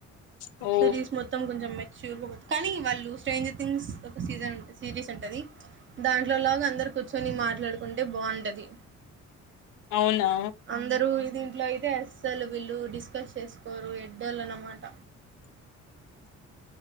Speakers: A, on the left; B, on the right.
A: ఓ
B: సరీస్ మొత్తం కొంచెం మెచ్యూర్ పోదు కానీ వాళ్ళు స్ట్రేంజర్ థింగ్స్ సీజ సిరీస్ ఉంటది దాంట్లో లాగా అందరు సో నేను మాట్లాడుకుంటే బాగుంటది
A: అవునా
B: అందరూ దీంట్లో అయితే అస్సలు వీళ్ళు డిస్కస్ చేసుకోరు ఎడ్డోళ్లు అన్నమాట
A: <inaudible>